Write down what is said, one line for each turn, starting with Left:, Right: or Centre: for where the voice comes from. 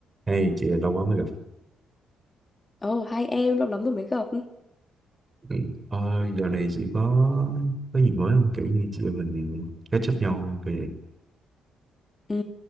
Right: Hey, chị lâu quá mới gặp.
Left: Ồ, hai em lâu lắm rồi mới gặp.
Right: Ừ. Ờ, dạo này chị có có gì mới không? Kiểu như chị em mình catch up nhau không? Kìa.
Left: Ừ,